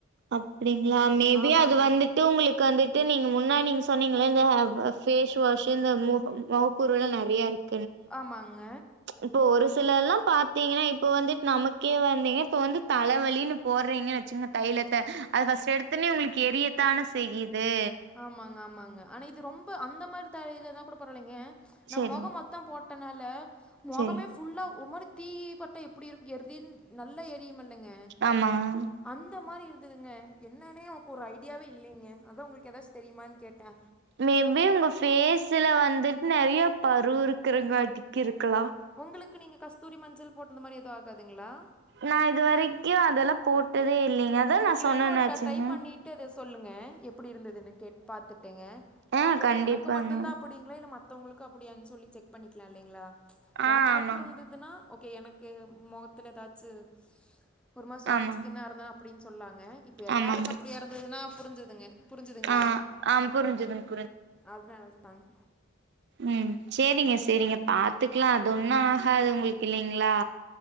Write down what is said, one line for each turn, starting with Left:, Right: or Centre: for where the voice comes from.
Right: அப்டிங்களா மேபி
Centre: ஆமாங்க
Right: அது வந்து ட்டு உங்களுக்கு வந்துட்டு நீங்க முன்னா நீங்க சொன்னீங்க இல்ல இந்த பேஸ் வாஷ்சு இந்த முக மொக புருவல்லா நெறையா இருக்
Centre: ஆமாங்க
Right: இப்போ ஒரு சிலர் எல்லா பாத்தீங்கன்னா இப்போ வந்துட்டு நமக்கே வந்தீங்க இப்ப வந்து தலைவலின்னு போட்றீங்கன்னு வச்சுங்க தைலத்த அது ஃபர்ஸ்ட் எடுத்தன்னே உங்களுக்கு எரியத்தானே செய்யுது
Centre: ஆமாங்க ஆமாங்க ஆனா இது ரொம்ப அந்த மாறி தலை யில்லன்னா கூட பரவால்லைங்க நம்ம
Right: செரிங்
Centre: மொகோ மொத் தம் போட்டனால மொகமே
Right: செரிங்
Centre: ஃபுல்லா ஒரு மாறி தீ யி பட்டா எப்பிடி இருக்கு எரியிது நல்லா எரியுமில்லங்க
Right: ஆமாங்க
Centre: அந்த மாறி இருந்ததுங்க என்னன்னே எனக்கு ஒரு ஐடியாவே இல்லைங்க அத்தா உங்களுக்கு ஏதாச்சு தெரியமான்னு கேட்டே
Right: மேபி உங்க பேஸ்ல வந்துட்டு நெறைய பரு இருக்குறங்காட்டிக்கு இருக்கலா
Centre: உங்களுக்கு நீங்க கஸ்தூரி மஞ்சள் போட்டு இந்த மாறி எதும் ஆகாதுங்ளா
Right: நா இது வரைக்கும் அதெல்லாம் போட்டதே இல்லைங்க அதா
Centre: நீங்க
Right: நா சொன்னனாச்சுங்க
Centre: வேணா ஒருக்கா ட்ரை பண்ணிட்டு அதை சொல்லுங்க எப்படி இருந்ததுன்னு கே பாத்துட்டேங்க
Right: ஆ
Centre: ஏனா
Right: கண்டிப்பாங்க
Centre: எனக்கு மட்டும்தான் அப்படிங்களா இல்ல மத்த வங்களுக்கு அப்படியான் சொல்லி செக் பண்ணிக்கலாம் இல்லைங்களா
Right: ஆ
Centre: எனக்கு
Right: ஆமாங்
Centre: மட்டும் இருந்ததுன்னா ஓகே எனக்கு முகத்துல ஏதாச்சு பொருமா சாஃப்ட்
Right: ஆமாங்
Centre: ஸ்கின்னா இருந்தா அப்டின்னு சொன்னாங்க இப்ப எல்லாருக்கும்
Right: ஆமாங்க
Centre: அப்டியே இருந்ததுன்னா புரிஞ்சதுங்க புரிஞ்சுதுங்களா
Right: ஆ ஆ புரிஞ்சுதுங்
Centre: அதுதான் என தாங்க
Right: உம் செரிங்க செரிங்க பாத்துக்கலாம் அது ஒண்ணும் ஆகாது உங்களுக்கு இல்லைங்களா